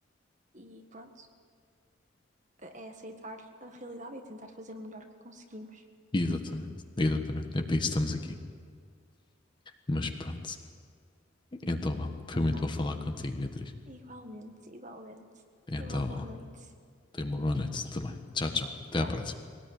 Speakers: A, on the right (about 40°); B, on the left (about 25°).
A: e pronto, é é aceitar a realidade e tentar fazer o melhor que conseguimos.
B: Exatamente, exatamente. É para isso que estamos aqui. Mas pronto, então vá. Foi
A: Natália,
B: muito bom falar contigo, Beatriz.
A: igualmente, igualmente.
B: Então
A: Tenha uma boa
B: vá.
A: noite.
B: Tenha uma boa noite também. Tchau, tchau. Até
A: Tchau.
B: à próxima.